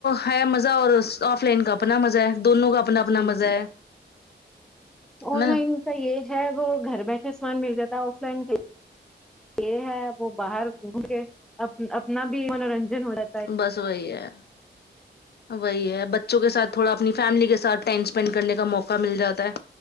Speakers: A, on the left; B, in the centre.
A: ہے مزہ اور آف لائن کا اپنا مزہ ہے دونوں کا
B: ہے
A: اپنا اپنا
B: جی
A: مزہ
B: جی
A: ہے
B: آن
A: نا
B: لائن کا یہ ہے وہ گھر بیٹھے سامان مل جاتا ہے آف لائن کے یہ ہے وہ باہر گھوم کے اپنا بھی منورنجن ہو جات
A: بس وہی ہے وہی ہے بچوں کے ساتھ تھوڑا اپنی فیملی کے ساتھ ٹینشن اسینڈ کرنے کا موقع مل جاتا ہے